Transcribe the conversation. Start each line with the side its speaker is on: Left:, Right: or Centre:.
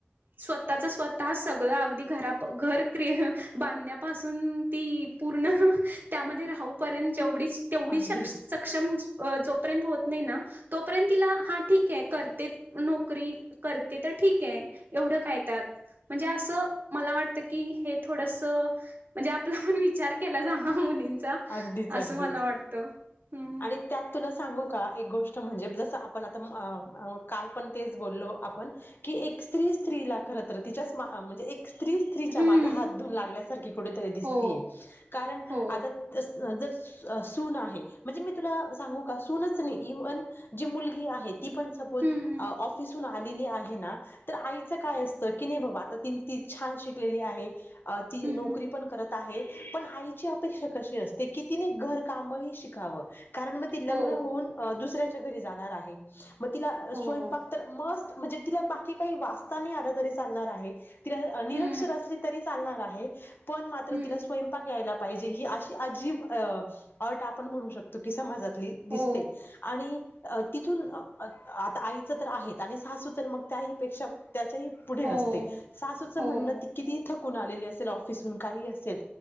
Right: स्वतःच स्वतः सगळ अगदी घरा घर क बांधण्यापासून ती पूर्ण त्यामध्ये राहूपर्यंत जेवढीच तेवढी
Left: अगदीच
Right: सक्ष सक्षम जोपर्यंत होत नाही ना तोपर्यंत तिला हा ठीक आहे करते नोकरी करते तर ठीक आहे एवढं काय त्यात म्हणजे असं मला वाटतं की हे थोडस म्हणजे आपला पण विचार केला जावा मुलींचा
Left: अगदीच
Right: असं
Left: अगदीच
Right: मला वाटत हम्म.
Left: आणि त्यात तुला सांगू का एक गोष्ट म्हणजे जसं आपण आता काल पण तेच बोललो आपण कि एक स्त्री स्त्रीला खरंत तिच्याच मा म्हणजे एक स्त्री स्त्रीच्या
Right: हम्म
Left: मागे हात धऊन लागल्यासारखी कुठेतरी दिसतीय
Right: हो
Left: कारण
Right: हो
Left: आता जस जर सून आहे. म्हणजे मी तुला सांगू का सूनच नाही इव्हन जी मुलगी आहे ती पण सपोज
Right: हम्म
Left: ऑफिसून आलेली आहे ना. तर आईचं काय असतं की, नाही बाबा आता ती ती छान शिकलेली आहे. अ ती
Right: हम्म
Left: नोकरी पण करत आहे पण आईची अपेक्षा कशी असते की तिने घरकामही शिक काव्ह, कारण मग ती लग्न
Right: हो
Left: होऊन दुसऱ्याच्या घरी जाणार आहे. मग तिला
Right: हो
Left: स्वयंपाक तर मस्त म्हणजे तिला बाकी काही वाचता नाही आलं तरी चालणार आहे. तिला निरक्षर
Right: हम्म
Left: असली तरी चालणार आहे पण मात्र
Right: हम्म
Left: तिला स्वयंपाक यायला पाहिजे ही अशी अजीब अट आपण म्हणू शकतो की समाजातली दिसते.
Right: हो
Left: आणि तिथून आता आईचं तर आहे आणि सासू तर मग त्याहीपेक्षा त्याच्याही पुढे
Right: हो
Left: असते सासूच म्हणणं
Right: हो
Left: किती थकून आलेली असेल ऑफिसहून काही असेल